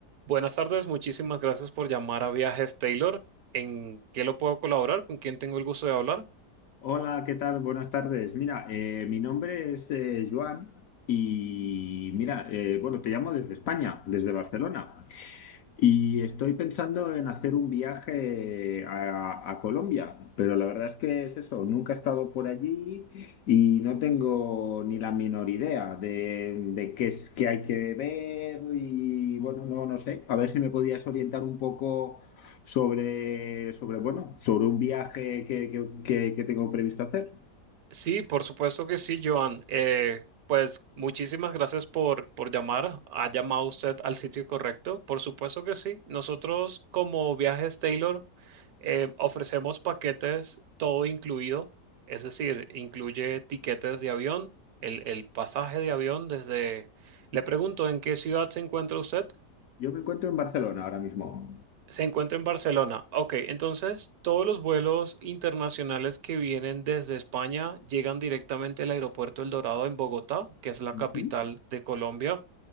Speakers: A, on the right; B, on the left.
A: Buenas tardes, muchísimas gracias por llamar a Viajes Taylor. ¿En qué lo puedo colaborar? ¿Con quién tengo el gusto de hablar?
B: Hola, ¿qué tal? Buenas tardes. Mira, eh, mi nombre es eh, Joan y mira, eh, bueno, te llamo desde España, desde Barcelona. Y estoy pensando en hacer un viaje a, a Colombia, pero la verdad es que es eso, nunca he estado por allí y no tengo ni la menor idea de, de qué es que hay que ver y bueno, no, no sé, a ver si me podías orientar un poco sobre, sobre bueno, sobre un viaje que, que- que- que tengo previsto hacer.
A: Sí, por supuesto que sí, Joan. Eh, pues muchísimas gracias por, por llamar. ¿Ha llamado usted al sitio correcto? Por supuesto que sí. Nosotros como Viajes Taylor eh, ofrecemos paquetes todo incluido, es decir, incluye tiquetes de avión, el, el pasaje de avión desde... Le pregunto, ¿en qué ciudad se encuentra usted?
B: Yo me encuentro en Barcelona ahora mismo.
A: Se encuentra en Barcelona. Ok, entonces todos los vuelos internacionales que vienen desde España llegan directamente al aeropuerto El Dorado en Bogotá, que es la
B: Ujú,
A: capital de Colombia.